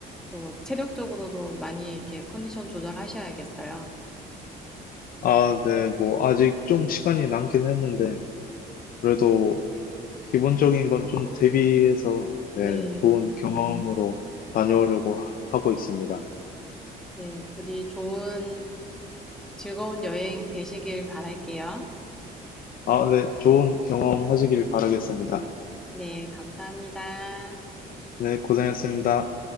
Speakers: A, in the centre; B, on the left.
A: 또 체력적으로도 많이 이렇게 컨디션 조절하셔야겠어요.
B: 아, 네. 뭐, 아직 좀 시간이 남긴 했는데, 그래도 기본적인 건 좀 대비해서, 네.
A: 네.
B: 좋은 경험으로 다녀오려고 하- 하고 있습니다.
A: 네. 부디 좋은 즐거운 여행 되시길 바랄게요.
B: 아, 네. 좋은 경험 하시길 바라겠습니다.
A: 네. 감사합니다.
B: 네, 고생했습니다.